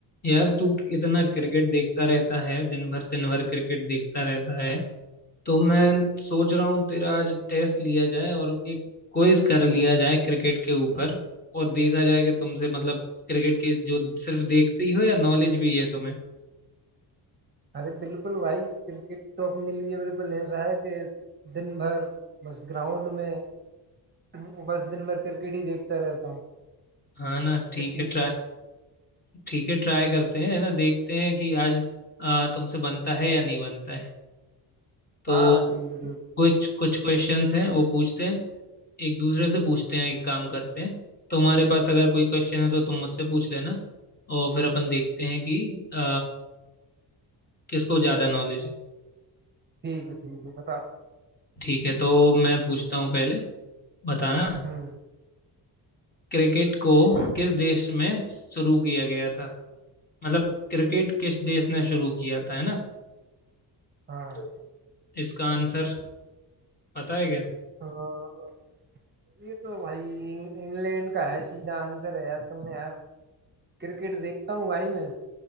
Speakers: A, on the left; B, on the right.
A: यार तू इतना क्रिकेट देखता रहता है दिन भर दिन भर क्रिकेट देखता रहता है तो मैं सोच रहा हूँ तेरा आज टेस्ट लिया जाए और एक क्विज कर लिया जाए क्रिकेट के ऊपर और देखा जाए कि तुमसे मतलब क्रिकेट के जो सिर्फ देखते ही हो या नॉलेज भी है तुम्हें
B: अरे बिल्कुल भाई क्रिकेट तो अपने लिए बिल्कुल ऐसा है कि दिन भर बस ग्राउंड में <clears throat> बस दिन भर क्रिकेट ही देखता रहता हूँ
A: हाँ ना
B: अच्छा
A: ठीक
B: ठीक
A: है ट्राई
B: है
A: ठीक है ट्राई करते हैं है ना देखते हैं कि आज आ, तुमसे बनता है या नहीं बनता है तो
B: हाँ हाँ, ठीक है बिल्कुल
A: कुछ कुछ क्वेश्चंस हैं वो पूछते हैं एक दूसरे से पूछते हैं एक काम करते हैं तुम्हारे पास अगर कोई क्वेश्चन है तो तुम मुझसे पूछ लेना और फिर अपन देखते हैं कि अ, किसको ज़्यादा नॉलेज है
B: ठीक है ठीक है बता
A: ठीक है तो मैं पूछता हूँ पहले बताना
B: हम्म
A: क्रिकेट को किस देश में शुरू किया गया था मतलब क्रिकेट किस देश ने शुरू किया था है ना
B: हाँ
A: तो इसका आंसर पता है क्या
B: अ, ये तो भाई इंग- इंग्लैंड का है सीधा आंसर है यार तुम यार क्रिकेट देखता हूँ भाई मैं